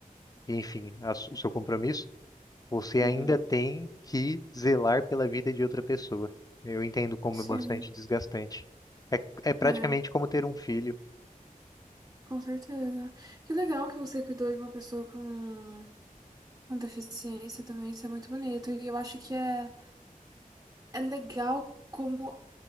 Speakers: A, on the left; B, on the right.
A: e, enfim, a su- o seu compromisso, você
B: Uhum.
A: ainda tem que zelar pela vida de outra pessoa. Eu entendo como
B: Sim,
A: é bastante desgastante. É, é praticamente
B: é,
A: como ter um filho.
B: com certeza. Que legal que você cuidou de uma pessoa com, com deficiência também, isso é muito bonito. E eu acho que é é legal como